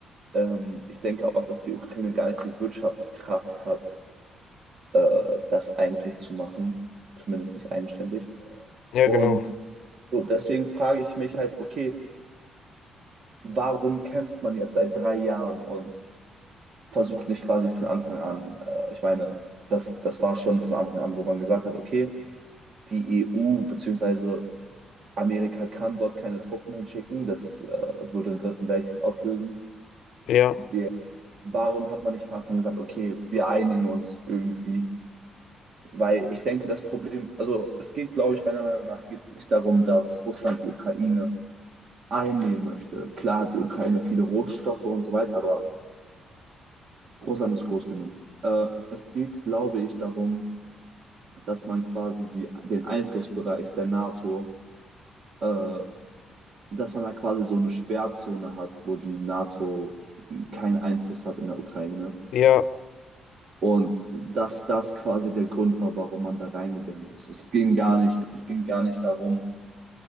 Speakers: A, on the right; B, on the left.
A: ähm, ich denke auch, dass die Ukraine gar nicht die Wirtschaftskraft hat, äh, das eigentlich zu machen. Zumindest nicht eigenständig.
B: ja,
A: Und
B: genau,
A: so deswegen frage ich mich halt, okay, warum kämpft man jetzt seit drei Jahren und versucht nicht quasi von Anfang an, äh, ich meine, das, das war schon von Anfang an, wo man gesagt hat, okay, die EU bzw. Amerika kann dort keine Truppen hinschicken. Das äh, würde den Dritten Weltkrieg auslösen.
B: ja,
A: Wir, warum hat man nicht von Anfang an gesagt, okay, wir einigen uns irgendwie? Weil ich denke, das Problem, also es geht, glaube ich, meiner Meinung nach geht es nicht darum, dass Russland die Ukraine einnehmen möchte. Klar hat die Ukraine viele Rohstoffe und so weiter, aber Russland ist groß genug. Äh, es geht, glaube ich, darum, dass man quasi die, den Einflussbereich der NATO äh, dass man da quasi so eine Sperrzone hat, wo die NATO keinen Einfluss hat in der Ukraine.
B: ja,
A: Und dass das quasi der Grund war, warum man da reingegangen ist. Es ging gar nicht, es ging gar nicht darum,